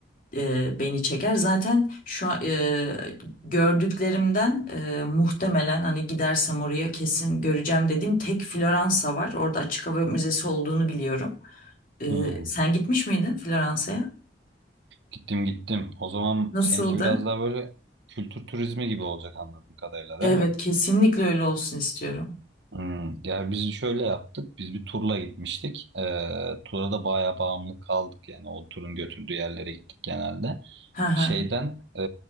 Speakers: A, on the left; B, on the right.
A: e, beni çeker. Zaten şu an e, gördüklerimden e, muhtemelen hani gidersem oraya kesin göreceğim dediğim tek Floransa var. Orada açık hava müzesi olduğunu biliyorum. Ee,
B: Hı.
A: sen gitmiş miydin Floransa'ya?
B: Gittim gittim. O zaman
A: Nasıldı?
B: seninki biraz daha böyle kültür turizmi gibi olacak anladığım kadarıyla
A: Evet,
B: değil mi?
A: kesinlikle öyle olsun istiyorum.
B: Hmm. Ya biz şöyle yaptık. Biz bir turla gitmiştik. Ee, tura da bayağı bağımlı kaldık. Yani o turun götürdüğü yerlere gittik genelde.
A: Hı hı.
B: Şeyden e,